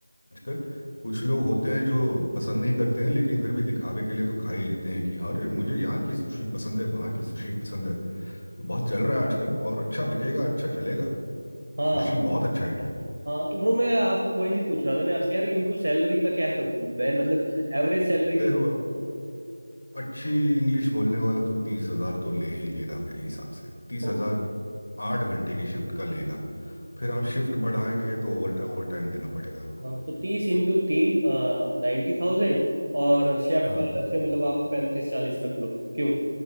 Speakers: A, on the left; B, on the right.
A: आजकल कुछ लोग होते हैं जो पसंद नहीं करते हैं लेकिन फिर भी दिखावे के लिए तो खा ही लेते हैं कि अरे मुझे यहाँ की सुशी पसंद है वहाँ की सुशी पसंद है बहुत चल रहा है आजकल और अच्छा बिकेगा अच्छा चलेगा
B: हाँ
A: सुशी बहुत अच्छा आइडिया
B: हाँ तो ब्रो मैं आप वही से पूछ रहा था मैं आपसे यार इनको सैलरी का क्या करूँ मैं मतलब एवरेज सैलरी
A: है देखो अच्छी इंग्लिश बोलने वाला तो तीस हजार तो ले ही लेगा मेरे हिसाब से तीस
B: कितनी
A: हजार आठ घंटे की शिफ्ट का लेगा फिर आप शिफ्ट बढ़ाएंगे तो ओवर ओवर टाइम देना पड़ेगा आपको
B: हाँ तो तीस इंटू तीन नाइन्टी थाउजेंड और शेफ
A: हाँ
B: का अलग से मतलब आप पैंतीस चालीस रख लो क्यों